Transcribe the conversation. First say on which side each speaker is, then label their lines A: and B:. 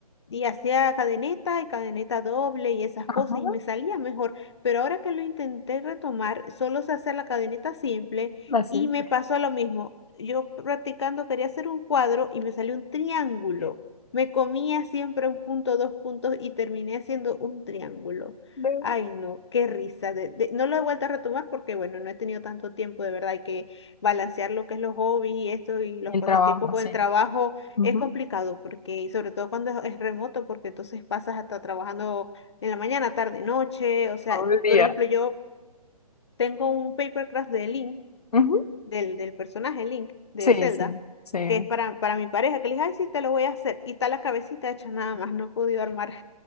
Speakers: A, on the left; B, on the left.
A: y hacía cadeneta y cadeneta doble y esas
B: Ajá,
A: cosas y me salía mejor. Pero ahora que lo intenté retomar, solo sé hacer la cadeneta simple
B: así.
A: y me pasó lo mismo. Yo practicando quería hacer un cuadro y me salió un triángulo. Me comía siempre un punto, dos puntos y terminé haciendo un triángulo.
B: de-
A: Ay, no, qué risa. de- de- no lo he vuelto a retomar porque, bueno, no he tenido tanto tiempo, de verdad. Hay que balancear lo que es los hobbies y esto y los
B: El
A: pasatiempos
B: trabajo,
A: con
B: sí.
A: el trabajo.
B: Ujú.
A: Es complicado porque, y sobre todo cuando es es remoto, porque entonces pasas hasta trabajando en la mañana, tarde, noche. O sea,
B: Todo el día.
A: por ejemplo, yo tengo un paper craft de Link,
B: Ujú,
A: del, del personaje Link de
B: Sí,
A: Zelda,
B: sí, sí.
A: que es para, para mi pareja, que le dije, ay, sí, te lo voy a hacer. Y está la cabecita hecha nada más, no he podido armar.